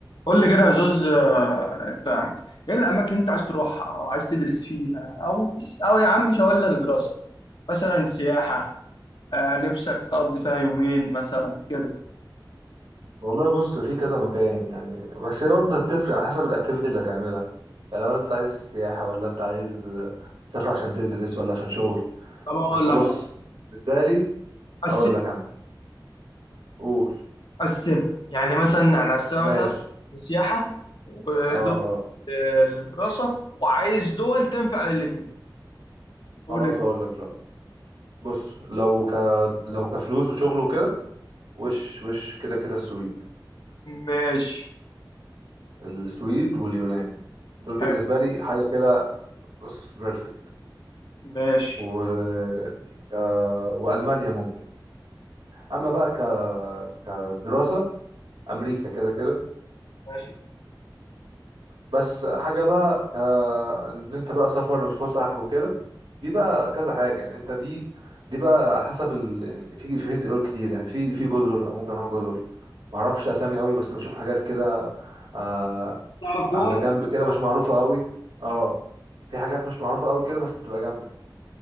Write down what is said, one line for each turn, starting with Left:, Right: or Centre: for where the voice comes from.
Left: قول لي كده يا زوز آه، انت ايه الاماكن اللي انت عايز تروحها او عايز تدرس فيها او تس... او يا عم مش هقول لك دراسه مثلا سياحه آه، نفسك تقضي فيها يومين مثلا كده
Right: والله بص في كذا مكان يعني بس هي برضه هتفرق على حسب الاكتيفيتي اللي هتعملها يعني لو انت عايز سياحة ولا انت عايز آه، تسافر عشان تدرس ولا عشان شغل
Left: طب اقول
Right: بس
Left: لك
Right: بص
Left: على-
Right: بالنسبة لي هقول
Left: قسم
Right: لك انا قول
Left: قسمها يعني مثلا هنقسمها
Right: ماشي
Left: مثلا سياحه ودول
Right: اه اه
Left: آه، للدراسه وعايز دول تنفع للاثنين قول
Right: خلاص
Left: انت.
Right: هقول لك دلوقتي بص لو ك لو كفلوس وشغل وكده وش وش كده كده السويد
Left: ماشي
Right: السويد واليونان دول بالنسبة
Left: حلو
Right: لي حاجة كده بص بيرفكت
Left: ماشي
Right: و... آه، وألمانيا ممكن أما بقى ك... كدراسة امريكا كده كده
Left: ماشي
Right: بس حاجه بقى آه، ان انت بقى سفر فسح وكده دي بقى كذا حاجه يعني انت دي دي بقى على حسب ال... يعني في في فيديو كتير يعني في في جزر أو ممكن اروح جزر ما اعرفش اسامي قوي بس بشوف حاجات كده آه
Left: تعرف دول
Right: على
Left: ولا
Right: جنب
Left: لأ؟
Right: كده مش معروفه قوي اه في حاجات مش معروفه قوي كده بس بتبقى جامده